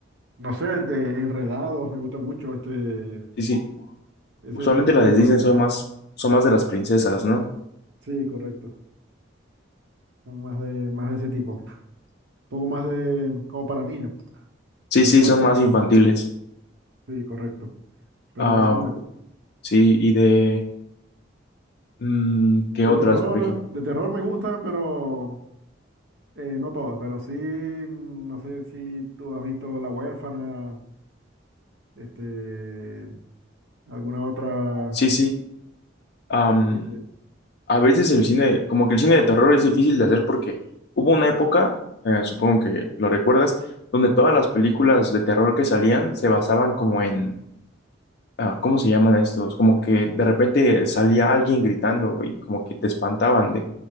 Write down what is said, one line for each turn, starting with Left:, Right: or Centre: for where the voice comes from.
Right: No sé, de Enredados, me gusta mucho este,
Left: Sí, sí.
Right: ese,
Left: Usualmente
Right: ese tipo
Left: las
Right: de
Left: de
Right: historias.
Left: Disney son más, son más de las princesas, ¿no?
Right: Sí, correcto. Son más de, más de ese tipo. Un poco más de, como para niños,
Left: Sí,
Right: pero
Left: sí,
Right: igual
Left: son
Right: son
Left: más
Right: buenos.
Left: infantiles.
Right: Sí, correcto. Pero
Left: Ah,
Right: igual son buenos.
Left: sí, y de... mm, ¿qué
Right: De
Left: otras,
Right: terror,
Left: por ejemplo?
Right: de terror me gustan, pero eh, no todas. Pero sí, mm, no sé si tú has visto La Huérfana, este, alguna otra.
Left: Sí, sí. Am,
Right: este,
Left: a veces el cine, como que el cine de terror es difícil de hacer porque hubo una época, eh, supongo que lo recuerdas, donde todas las películas de terror que salían se basaban como en... ah, ¿cómo se llaman estos? Como que de repente salía alguien gritando y como que te espantaban de,